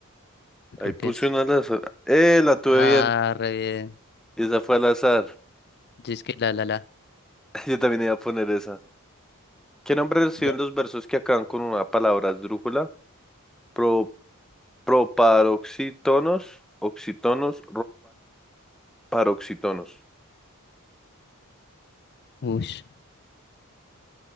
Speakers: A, on the left (about 50°); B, in the centre.
A: Yo
B: Ahí
A: creo
B: puse
A: que es.
B: una al azar. Eh, la tuve
A: Ah,
B: bien.
A: re bien.
B: Y esa fue al azar.
A: Yo es que la la la.
B: <laughs> Yo también iba a poner esa. ¿Qué nombre reciben
A: Da-
B: los versos que acaban con una palabra esdrújula? Pro, proparoxítonos, oxítonos, paroxítonos.
A: Ush.